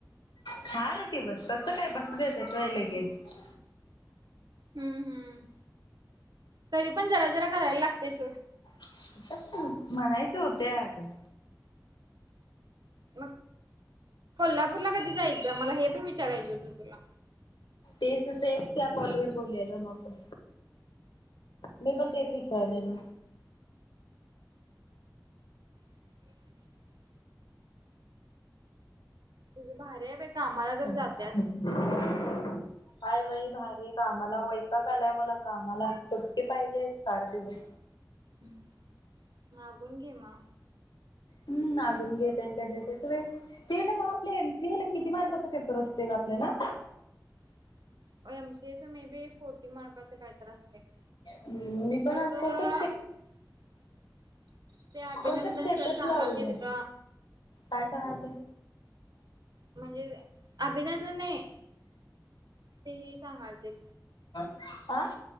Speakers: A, on the left; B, on the right.
A: चार दिवस तसं काय बस द्याेतेत होय लगेच.
B: हम्म हम्म तरी पण जरा जरा करायला लागते सूड.
A: <unintelligible> म्हणायच होते आज <inaudible>
B: मग <inaudible> कोल्हापूरला कधी जायचं मला हे पण विचारायचं होत तुला.
A: ते सुद्ध एस्ट्रा कॉल वर बोलयच मग. मी
B: हम्म
A: पण तेच विचारलेल.
B: <inaudible> तुझ्या भारी आहे बाई. कामाला
A: <unintelligible>
B: जर जात्यास.
A: काय बाई भारी कामाला वैता कालाय मला कामाला सुट्टी पाहिजे एक चार दिवस.
B: हम्म मागून घे म.
A: हम् मागून घे त्यांनी काय देत्त होय. ते नव आपल्या एमसीला किती मार्काचा पेपर असते का आपल्याला.
B: <inaudible> एम स. मे बी फोर्टी मारकाच काहीत असते
A: मी पण
B: तर.
A: आज कोणतर
B: <inaudible> अभिनंदन
A: कोणत स्टेटस
B: सर सांगालतीत
A: लावल
B: ग
A: काय सांगालती.
B: म्हणजे अभिनंदन नाही ते हे सांगाल ते.
A: आं.